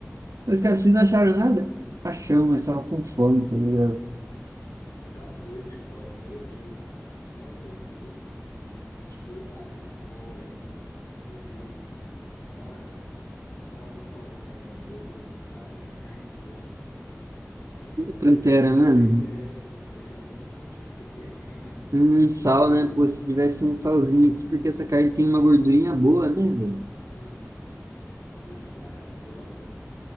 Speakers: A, on the right; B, on the left.
A: Mas, cara, vocês não acharam nada? Achamos, mas tava com fome, tá ligado?
B: Ele tá morto de fome, meu Deus. A gente nem almoçou. A gente foi lá nesse sol aí. Meu Deus. Mas tá, tá gostosa a carne. Meu Deus, carne, carne de onça. Sem igual.
A: Pantera,
B: Pena que não tinha
A: mano.
B: um tem... É, de pantera. Pena que não tinha um temperinho, né?
A: Um sal,
B: Tempero.
A: né? Pô, se tivesse um salzinho aqui, porque essa carne tem uma gordurinha boa, né, velho?
B: Aham. Gordurinha maravilhosa.